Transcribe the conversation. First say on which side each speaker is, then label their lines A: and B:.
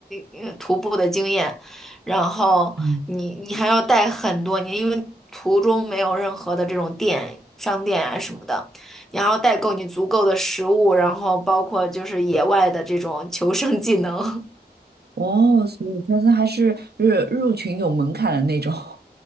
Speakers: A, in the centre; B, on the right.
A: 呃徒步的经验，然后你你还要带很多年，
B: 嗯，
A: 因为途中没有任何的这种店、商店啊什么的，你还要带够你足够的食物，然后包括就是野外的这种求生技能。<laughs>
B: 哦，所以它是还是入入群有门槛的那种。<laughs>